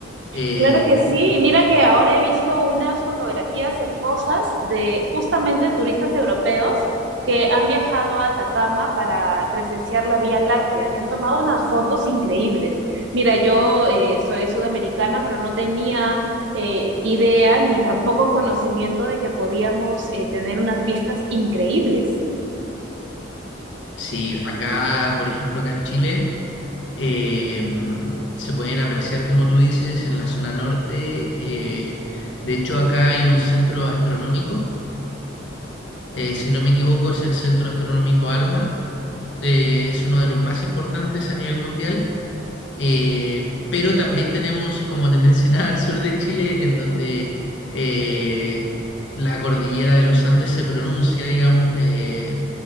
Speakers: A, on the left; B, on the right.
A: Eh,
B: Claro que sí. Mira que ahora he visto unas fotografías hermosas de justamente turistas europeos que han viajado a Atacama para presenciar la Vía Láctea y han tomado unas fotos increíbles. Mira, yo eh, soy sudamericana, pero no tenía eh, idea ni tampoco conocimiento de que podíamos eh, tener unas vistas increíbles.
A: sí, acá, por ejemplo, acá en Chile. eh, se pueden apreciar, como tú dices, en la zona norte. eh, de hecho, acá hay un centro astronómico, eh, si no me equivoco, es el Centro Astronómico ALMA, eh, es uno de los más importantes a nivel mundial, eh, pero también tenemos, como te <laughs> mencionaba, el sur de Chile, en donde eh, la cordillera de los Andes se pronuncia, digamos, eh,